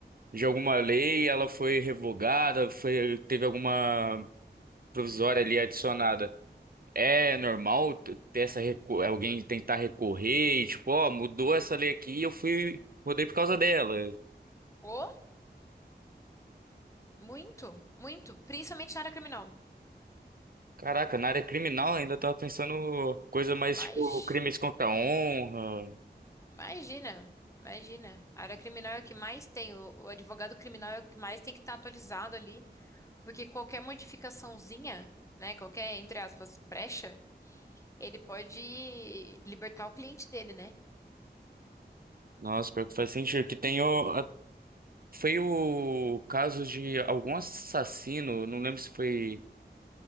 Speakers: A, on the right; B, on the left.
A: de alguma lei, ela foi revogada, foi, teve alguma provisória ali adicionada. É normal t- ter essa recu- alguém tentar recorrer e tipo, ó, mudou essa lei aqui e eu fui, mudei por causa dela.
B: Oh, muito, muito. Principalmente na área criminal.
A: Caraca, na área criminal ainda tava pensando coisa mais
B: Mas.
A: tipo crimes contra a honra.
B: Imagina, imagina. A área criminal é o que mais tem, o, o advogado criminal é o que mais tem que estar atualizado ali, porque qualquer modificaçãozinha, né, qualquer, entre aspas, brecha, ele pode libertar o cliente dele, né?
A: Nossa, pior que faz sentido. Que tem o. a- Foi o caso de algum assassino, não lembro se foi